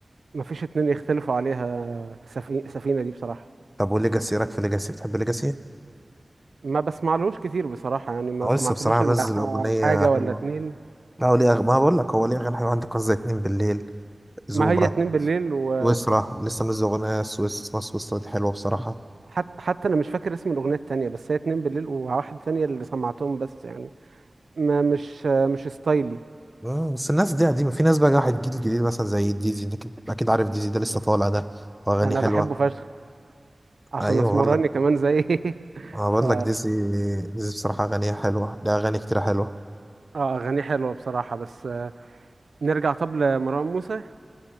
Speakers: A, on the right (about 80°); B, in the centre.
A: ما فيش اتنين يختلفوا عليها سفي... سفينة دي بصراحة
B: طب وليجاسي إيه رايك في ليجاسي بتحب ليجاسي
A: ما بسمعلوش كتير بصراحة يعني ما
B: اه
A: سمعتلوش
B: لسه بصراحه
A: الا
B: منزل
A: ح-
B: اغنيه
A: حاجة
B: حلوه
A: ولا اتنين
B: لا هو ليه أغ... ما بقول لك هو ليه أغاني حلوة عندك قصة اتنين بالليل زوبا
A: ما هي اتنين بالليل و
B: سويسرا لسه منزل أغنية سويس اسمها سويسرا دي حلوة بصراحة
A: حتى حتى انا مش فاكر اسم الاغنية التانية بس هي اتنين بالليل وواحدة تانية اللي سمعتهم بس يعني ما مش مش ستايلي
B: مم، بس الناس دي قديمة في ناس بقى راحت الجيل الجديد مثلا زي ديزي انت اكيد أكيد عارف ديزي ده لسه طالع ده واغاني
A: انا
B: حلوة
A: بحبه فشخ عشان
B: ايوه
A: اسمراني
B: بقول لك
A: كمان زي <laughs>
B: أنا بقول
A: ف
B: لك ديزي ديزي بصراحة اغانيها حلوة ده اغاني كتير حلوة
A: اه اغانيه حلوه بصراحه بس آه، نرجع طب لمروان موسى